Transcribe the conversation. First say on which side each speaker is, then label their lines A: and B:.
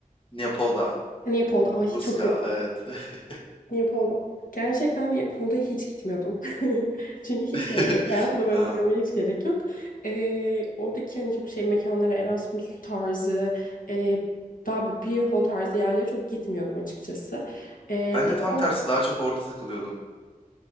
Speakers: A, on the left (about 40°); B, on the left (about 75°).
A: Neapol'da.
B: Hani hep oldu. Ay çok
A: Ruska
B: kötü.
A: evet. <laughs>
B: Leopold'a. Gerçekten Leopold'a hiç gitmiyordum. <laughs> Çünkü hiç
A: <laughs>
B: gerek yok. Hayatımda böyle
A: Aa,
B: bir dramaya hiç gerek yok. Ee, oradaki hani çok şey mekanlara Erasmus tarzı, e, daha bir beer hall tarzı yerlere çok gitmiyordum açıkçası. Ee,
A: ben
B: daha
A: de tam
B: böyle
A: tersi daha çok orada takılıyordum.